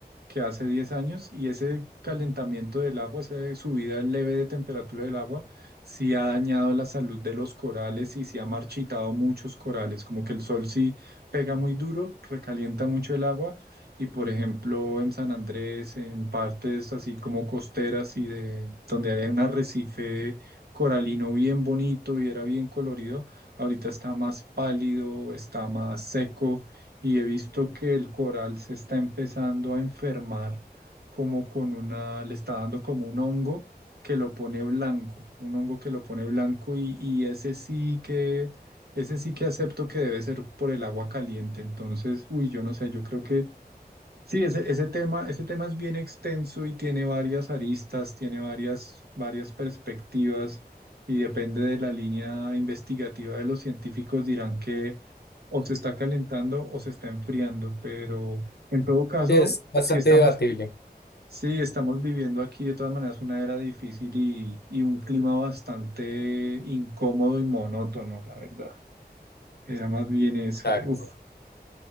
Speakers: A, on the right; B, on the left.
A: que hace diez años y ese calentamiento del agua, esa subida leve de temperatura del agua, sí ha dañado la salud de los corales y sí ha marchitado muchos corales, como que el sol sí pega muy duro, recalienta mucho el agua y por ejemplo en San Andrés, en partes así como costeras y de donde hay un arrecife coralino bien bonito y era bien colorido, ahorita está más pálido, está más seco y he visto que el coral se está empezando a enfermar como con una, le está dando como un hongo que lo pone blanco, un hongo que lo pone blanco y, y ese sí que, ese sí que acepto que debe ser por el agua caliente. Entonces, uy, yo no sé, yo creo que sí, ese, ese tema, ese tema es bien extenso y tiene varias aristas, tiene varias, varias perspectivas y depende de la línea investigativa de los científicos dirán que o se está calentando o se está enfriando, pero en todo caso,
B: Sí, es bastante
A: si estamos
B: debatible.
A: Sí, estamos viviendo aquí de todas maneras una era difícil y, y un clima bastante incómodo y monótono, la verdad. Era más bien eso.
B: Exacto.
A: Uf.